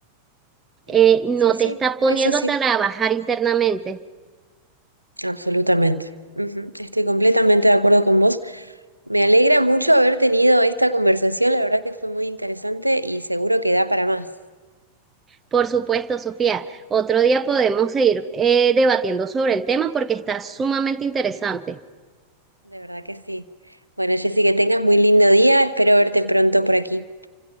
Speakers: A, on the right; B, on the right.
A: eh,
B: Sí,
A: no
B: sí, sí,
A: te está poniendo
B: es así,
A: a trabajar internamente.
B: absolutamente. Ujú, Estoy completamente de acuerdo con vos. Me alegra mucho haber tenido esta conversación, la verdad que fue muy interesante y seguro que da para más,
A: Por supuesto, Sofía, otro día podemos seguir eh, debatiendo sobre el tema porque está sumamente interesante.
B: de verdad que sí. Bueno, Jessy, que tengas muy lindo día, espero verte pronto por aquí.